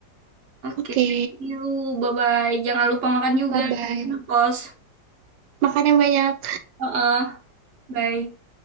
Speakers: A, on the right; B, on the right.
A: Oke,
B: oke,
A: thank you. Bye-bye. Jangan lupa makan juga.
B: bye bye.
A: ya, Kos.
B: Makan yang banyak.
A: Oh, oh. Bye.